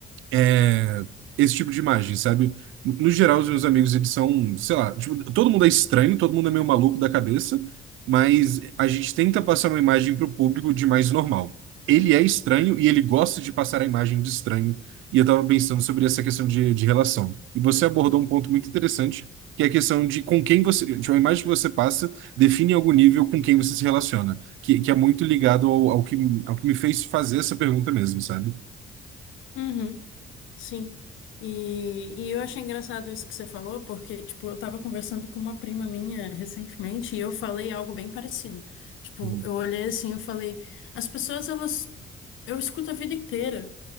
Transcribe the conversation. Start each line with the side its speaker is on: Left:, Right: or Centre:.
Right: é, esse tipo de imagem, sabe? No geral, os meus amigos, eles são, sei lá, tipo, todo mundo é estranho, todo mundo é meio maluco da cabeça, mas a gente tenta passar uma imagem pro público de mais normal. Ele é estranho e ele gosta de passar a imagem de estranho. E eu tava pensando sobre essa questão de, de relação. E você abordou um ponto muito interessante, que é a questão de com quem você, tipo, a imagem que você passa define em algum nível com quem você se relaciona, que, que é muito ligado ao, ao que, ao que me fez fazer essa pergunta mesmo, sabe?
Left: Uhum. Sim. E, e eu achei engraçado isso que você falou, porque, tipo, eu tava conversando com uma prima minha recentemente e eu falei algo bem parecido. Tipo,
Right: Uhum,
Left: eu olhei assim, eu falei, as pessoas, elas, eu escuto a vida inteira.